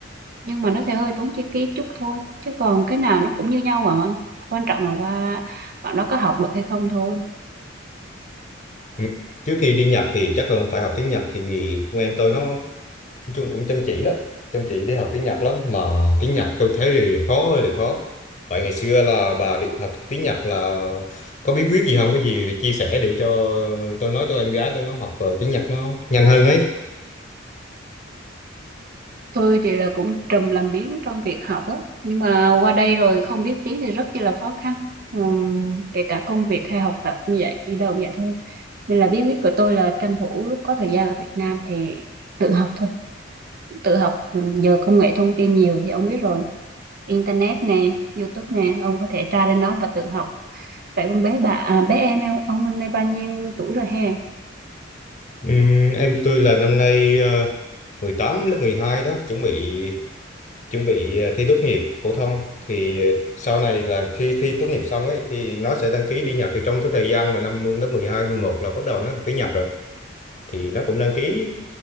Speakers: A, on the right; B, on the left.
A: nhưng mà nó sẽ hơi tốn chi phí chút thôi chứ còn cái nào nó cũng như nhau à quan trọng là qua bạn đó có học được hay không thôi
B: ừ. trước khi đi Nhật thì chắc là phải học tiếng Nhật thì vì con em tôi nó nói chung cũng chăm chỉ lắm chăm chỉ đi học tiếng Nhật lắm mà tiếng Nhật tôi thấy thì khó hơi là khó vậy ngày xưa là bà đi học tiếng Nhật là có bí quyết gì không có gì thì chia sẻ để cho tôi nói cho em gái tôi nó học ờ, tiếng Nhật nó nhanh hơn ấy
A: tôi thì là cũng trùm làm biếng trong việc học á nhưng mà qua đây rồi không biết tiếng thì rất chi là khó khăn Ừm, kể cả công việc hay học tập như vậy đi đâu cũng vậy thôi nên là bí quyết của tôi là tranh thủ lúc có thời gian ở Việt Nam thì tự học thôi tự học Mình giờ công nghệ thông tin nhiều thì ông biết rồi internet nè YouTube nè ông có thể tra lên đó và tự học vậy con bé bà à, bé em em ông năm nay bao nhiêu tuổi rồi he
B: Ừm, em tôi là năm nay ờ, 18 lớp 12 đó chuẩn bị chuẩn bị ờ, thi tốt nghiệp phổ thông thì ờ, sau này là khi thi tốt nghiệp xong ấy thì nó sẽ đăng ký đi Nhật thì trong cái thời gian mà năm lớp 12 11 là bắt đầu nó học tiếng Nhật rồi thì nó cũng đăng ký